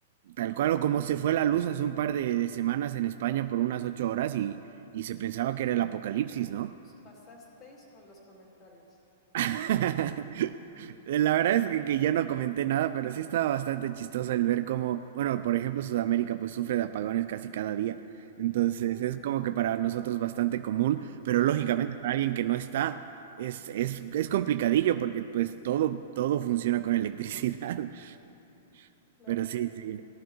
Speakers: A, on the right; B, on the left.
A: Tal cual o como se fue la luz hace un par de, de semanas en España por unas ocho horas y, y se pensaba que era el apocalipsis, ¿no?
B: Os pasasteis con los comentarios.
A: <laughs> La verdad es que, que yo no comenté nada, pero sí estaba bastante chistoso el ver cómo, bueno, por ejemplo, Sudamérica pues sufre de apagones casi cada día. Entonces
B: Sí,
A: es como que para nosotros bastante común, pero lógicamente
B: Por eso,
A: para alguien que no está es, es, es complicadillo porque pues todo, todo funciona con electricidad. <laughs>
B: la
A: Pero
B: verdad
A: sí,
B: que...
A: sí.